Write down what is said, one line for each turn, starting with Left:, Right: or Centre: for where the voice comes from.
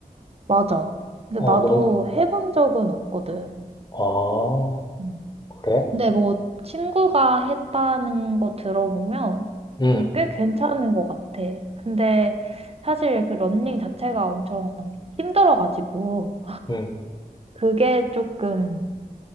Right: 맞아. 근데
Left: 어,
Right: 나도
Left: 넌,
Right: 해본 적은 없거든.
Left: 아,
Right: 응.
Left: 그래?
Right: 근데 뭐 친구가 했다는 거 들어보면
Left: 응,
Right: 어, 꽤 괜찮은 것 같아. 근데 사실 그 러닝 자체가 엄청 힘들어가지고
Left: 응.
Right: 그게 조금